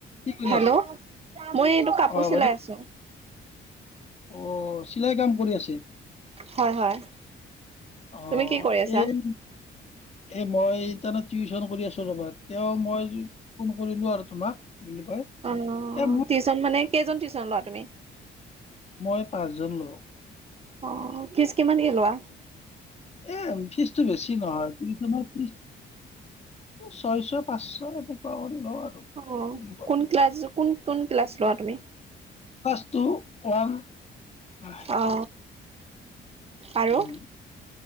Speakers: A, on the left (about 35°); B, on the right (about 30°).
A: কি কৰি
B: হেল্ল'
A: আছে?
B: মই এতিয়া কাপোৰ
A: অ বাইদেউ
B: চিলাই আছো।
A: অ চিলাই কাম কৰি আছিল
B: হয় হয়
A: আহ
B: তুমি কি কৰি আছা
A: এই এ মই তাৰমানে টিউচন কৰি আছো ৰবা তেওঁ মই ফোন কৰিলো আৰু তোমাক কি বুলি কয়
B: অ
A: এ মোৰ
B: টিউশ্যন মানে কেইজন টিউশ্যন লোৱা তুমি?
A: মই পাঁচজন লওঁ।
B: অ ফিজ কিমান কে লোৱা?
A: এ ফিজতটো বেছি নহয় টউশনৰ ফিজ ছয়শ পাঁচশ এনেকুৱা কৰি লওঁ আৰু
B: অ
A: কি বুলি কয়,
B: কোন ক্লছ ক কোন ক্লছ লোৱা তুমি?
A: ক্লাছ টো ৱান হয়।
B: অ আৰু
A: উম